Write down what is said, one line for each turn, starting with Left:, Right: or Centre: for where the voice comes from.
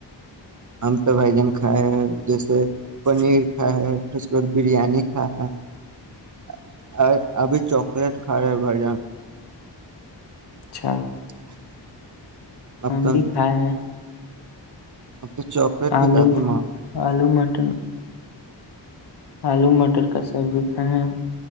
Right: ہم تو بھجن کھائے جیسے پنیر کھاائے ہے پھر اس کے بعد بریانی کھا ہے ابھی چاکلیٹ کھا رہے ہے بھجن
Left: اچھا <unintelligible>
Right: <inaudible> اب
Left: ہم
Right: تو
Left: بھی کھائے ہیں
Right: اب تو چواکلیٹ بھی
Left: آلو
Right: کافی ماں
Left: آلو مٹر آلو مٹر کا سبزی ہاں <unintelligible>